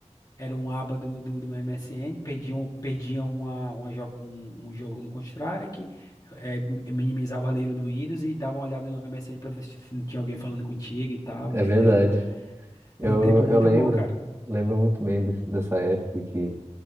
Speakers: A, on the left (about 30°); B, on the right (about 25°).
A: era um aba do, do, do MSN, perdiam, perdiam uma, uma jo- um, um jogo no Counter-Strike, eh, minimizava ali no Windows e dava uma olhada no MSN para ver se não tinha alguém falando contigo e tal,
B: É
A: né?
B: verdade.
A: Então,
B: Eu,
A: era um tempo muito
B: eu lembro,
A: bom, cara.
B: lembro muito bem des- dessa época que